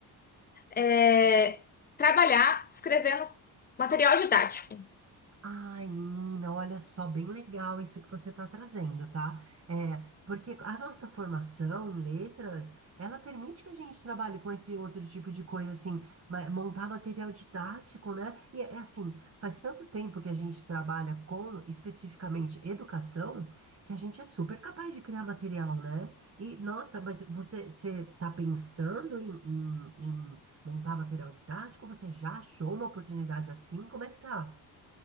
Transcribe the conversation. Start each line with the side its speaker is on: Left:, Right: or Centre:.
Left: É trabalhar escrevendo material didático.
Right: Ai, menina, olha só, bem legal isso que você está trazendo, tá? É, porque a nossa formação em letras, ela permite que a gente trabalhe com esse outro tipo de coisa, assim, ma- montar material didático, né? E é é assim, faz tanto tempo que a gente trabalha com, especificamente, educação, que a gente é super capaz de criar material, né? E, nossa, mas você, você tá pensando em, em, em montar material didático? Você já achou uma oportunidade assim? Como é que tá?